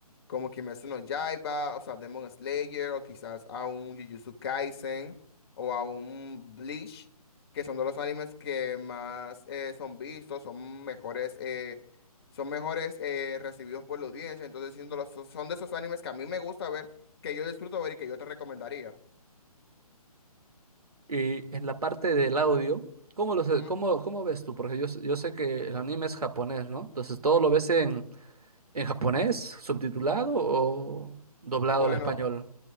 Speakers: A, on the left; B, on the right.
A: como Kimetsu no Yaiba, o sea, Demon Slayer, o quizás a un Jujutsu Kaisen, o a un Bleach, que son de los animes que más eh, son vistos, son mejores, eh, son mejores eh, recibidos por la audiencia, entonces siendo los- son de esos animes que a mí me gusta ver, que yo disfruto ver y que yo te recomendaría.
B: Y en la parte del audio, ¿cómo, lo, se-
A: ¿Mm?
B: cómo, cómo ves tú? Porque yo, s- yo sé que el anime es japonés, ¿no? Entonces, ¿todo lo ves en, en japonés, subtitulado o doblado
A: Bueno,
B: al español?